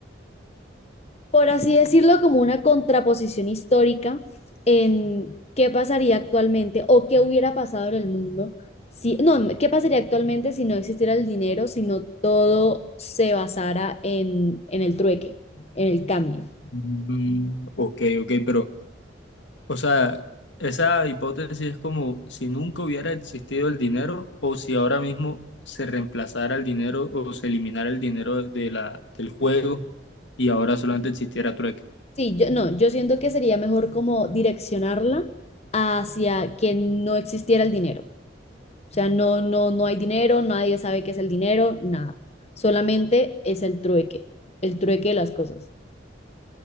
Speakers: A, on the left (about 35°); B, on the left (about 70°).
A: por así decirlo, como una contraposición histórica en qué pasaría actualmente o qué hubiera pasado en el mundo si, no, qué pasaría actualmente si no existiera el dinero, si no todo se basara en, en el trueque, en el cambio.
B: Mm, ok, ok, pero, o sea, esa hipótesis es como si nunca hubiera existido el dinero o si ahora mismo se reemplazara el dinero o se eliminara el dinero de la, del juego y ahora solamente existiera trueque.
A: Sí, yo no, yo siento que sería mejor como direccionarla hacia que no existiera el dinero. O sea, no, no, no hay dinero, nadie sabe qué es el dinero, nada. Solamente es el trueque, el trueque de las cosas.